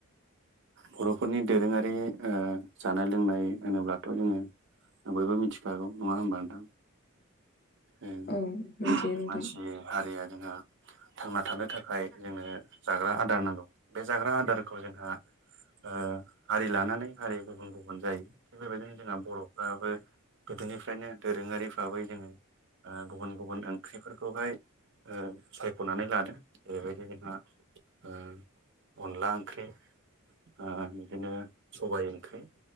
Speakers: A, on the right (about 55°); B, on the left (about 45°).
A: बर'फोरनि दोरोंआरि ओ जानाय लोंनाय होनोब्लाथ' जोङो बयबो मिथिखागौ नङा होमबा नोंथां उम
B: औ मोनथियो नोंथां
A: मानसि हारिआ जोंहा थांना थानो थाखाय जोंनो जाग्रा आदार नांगौ बे जाग्रा आदारखौ जोंहा ओ हारि लानानै हारि गुबुन गुबुन जायो थिग बेबायदिनो जोंहा बर'फ्राबो गोदोनिफ्रायनो दोरोंआरि भाबै जोङो ओ गुबुन गुबुन ओंख्रिफोरखौहाय सायख'नानै लादों जेरैबादि जोंहा ओ अनला ओंख्रि ओ बिदिनो सबाय ओंख्रि